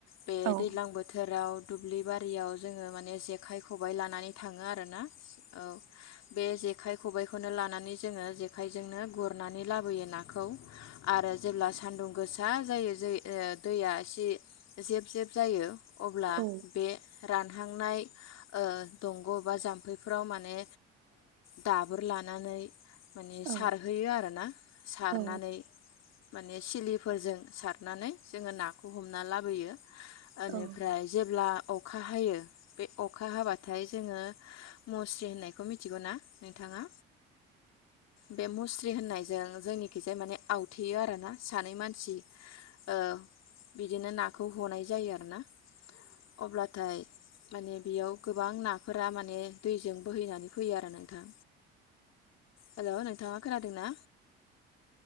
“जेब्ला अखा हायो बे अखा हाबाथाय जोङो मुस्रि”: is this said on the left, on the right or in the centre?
Left